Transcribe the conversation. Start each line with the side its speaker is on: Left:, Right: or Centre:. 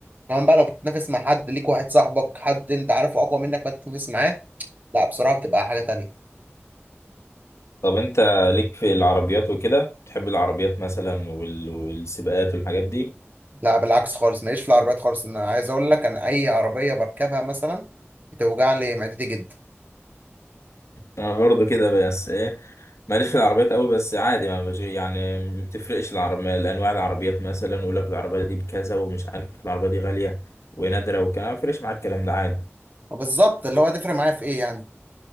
Right: كمان بقى لو بتتنافس مع حد ليك واحد صاحبك حد انت عارفه اقوى منك فانت تتنافس معاه لا بصراحه بتبقى حاجه تانية
Left: طب انت ليك في العربيات وكده بتحب العربيات مثلا وال- والسباقات والحاجات دي
Right: لا بالعكس خالص ماليش في العربيات خالص انا عايز اقول لك انا اي عربيه بركبها مثلا بتوجع لي معدتي جدا
Left: انا برضه كده بس ايه ماليش في العربيات قوي بس عادي ما بش يعني ما بتفرقش العربية الانواع العربيات مثلا يقول لك العربية دي بكذا ومش عارف العربية دي غالية ونادرة وكلام ما بيفرقش معاك الكلام ده عادي
Right: بالظبط اللي هو هتفرق معايا في ايه يعني